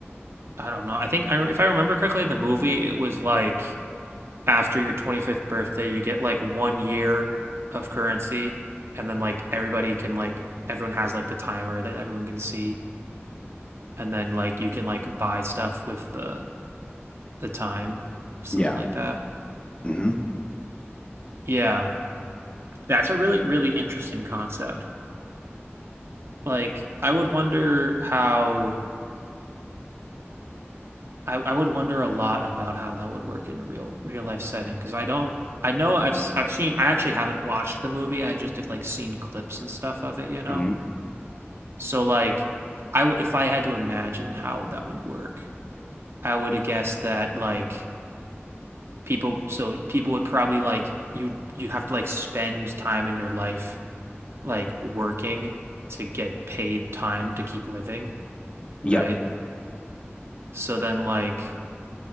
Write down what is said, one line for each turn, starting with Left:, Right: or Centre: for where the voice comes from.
Right: I don't know. I think I if I remember correctly, the movie it was like after your 25th birthday, you get like one year of currency and then like everybody can like everyone has like the timer that everyone can see and then like you can like buy stuff with the the time or something
Left: Yeah.
Right: like that.
Left: hmm
Right: Yeah. That's a really really interesting concept. Like I would wonder how I, I would wonder a lot about how that would work in a real real life setting because I don't I know I've s- I've seen I actually haven't watched the movie I just have like seen clips and stuff of it you know
Left: hmm
Right: so like I w if I had to imagine how that would work I would guess that like people so people would probably like you you'd have to like spend time in your life like working to get paid time to keep living
Left: Yep.
Right: right so then like